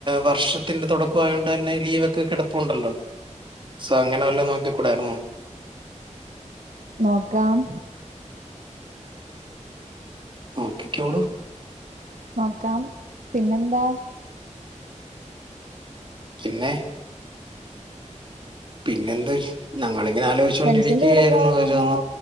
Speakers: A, on the right; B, on the right.
A: വർഷത്തിന്റെ തുടക്കം ആയോണ്ട് തന്നെ ലീവൊക്കെ കിടപ്പുണ്ടല്ലോ. സോ അങ്ങനെ വല്ല നോക്കിക്കൂടായിരുന്നോ?
B: നോക്കാം.
A: നോക്കിക്കോളു.
B: നോക്കാം പിന്നെന്താ
A: പിന്നെ പിന്നെൻ ന്ത് ഞങ്ങളിങ്ങനെ ആലോചിച്ചൊണ്ടിരിക്കുകയായിരുന്നു
B: ഫ്രണ്ട്സിന്റെ കൂടെ പോകാനാന്നോ
A: ഓരോന്ന്